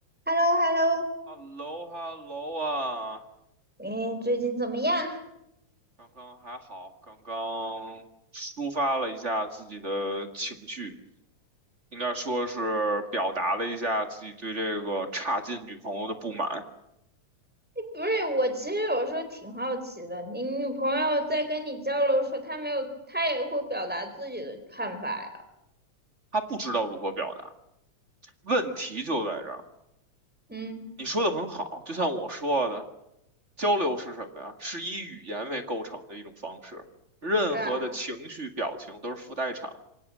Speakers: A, in the centre; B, on the right (about 25°).
A: h e l l o h e l l o
B: h e l l o h e l l o 啊，
A: 你最近怎么样？
B: 刚刚还好，刚刚抒发了一下自己的情绪，应该说是表达了一下自己对这个差劲女朋友的不满。
A: 不是，我其实有时候挺好奇的，你女朋友在跟你交流的时候，她没有，她也会表达自己的看法呀。
B: 她不知道如何表达，问题就在这儿。
A: 嗯，
B: 你说的很好，就像我说的，交流是什么呀？是以语言为构成的一种方式，任何的情绪表情都是附带场，
A: 对啊，